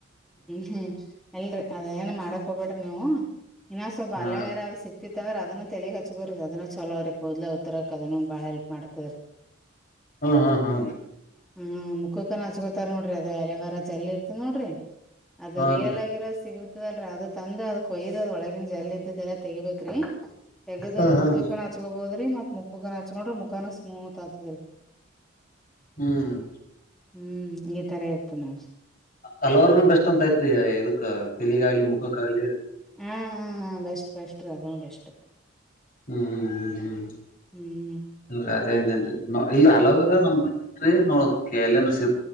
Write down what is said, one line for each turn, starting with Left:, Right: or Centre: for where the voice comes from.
Centre: ಹುಂ ಅಲ್ರಿ ಅದೇ ಏನ್ ಮಾಡಕ್ ಹೋಗ್ಬೇಡ್ರಿ ನೀವು ಇನ್ನ ಸ್ವಲ್
Left: ಹಾ
Centre: ಅಲೊವೇರಾದ್ರರು ಸಿತ ತಿತ್ತಂದ್ರ ಅದನ್ನ ತೆಲಿಗ್ ಹಚ್ಚಕೊರಿ ಅದ ಚಲೋ ರೀ ಕೂದಲು ಉದುರಾಕ ಅದನು ಬಾಳ ಹೆಲ್ಪ್ ಮಾಡತದರಿ
Left: ಹಾ ಹಾ
Centre: ಹ್ಮ್ ಮುಖಕ್ಕನ್ ಹಚ್ಕೋತಾರ ನೋಡ್ರಿ ಅದು ಅಲೆವಾರ ಚೆಲ್ ಇರ್ತ ನೋಡ್ರಿ. ಅದು
Left: ಹ್ನ್
Centre: ರಿಯಲ್
Left: ರೀ
Centre: ಆಗಿರೋದು ಸಿ. ಇತದಲ್ರರಿ ಅದು ತಂದು ಅದಕ್ ಕೊಯ್ದು ಅದ್ ಒಳಗಿನನ್ ಜಲ್ ಇದ್ದ್ ಎಲ್ಲ ತೆಗಿಬೇಕೇರಿ. ತಗದ
Left: ಹ್ಮ್
Centre: ಕೂದ್ಲುಕ್ಕನ
Left: ಹ್ಮ್
Centre: ಹಚ್ಕೋಬಹದ್ರಿ ಮತ್ ಮುಖಕ್ಕ ಹಚ್ಕೊಂಡ್ರಿ ಮುಖನ ಸ್ಮೂತ್ ಆತದ್ರರಿ.
Left: ಹ್ಮ್-
Centre: ಹ್ಮ್ ಈ ತರ ಇರ್ತ ನಾ.
Left: ಹಲವರ್ನು ಬೆಸ್ಟ್ ಅಂತ ಐತ್ರಿ ಇದಕ್ ತಿಲಿಗ ಆಗ್ಲಿ ಮುಖಕ್ಕ ಆಾಗಗ್ಲಿ.
Centre: ಹ್ಮ್ ಹ್ಮ್ ಹಾ ಬೆಸ್ಟ್ ಬೆಸ್ಟ್ ಅದೇ ಬೆಸ್ಟ್.
Left: ಹ್ಮ್ ಹ್ಮ್ ಹ್ಮ್ ಹ್ಮ್-
Centre: ಹ್ಮ್-
Left: ಹ ಅದೇೇನ್ರಿ ಇಲ್ ಹಲವರ ನಮ್ರಿ ನೋಡ ಎ ಸಿ.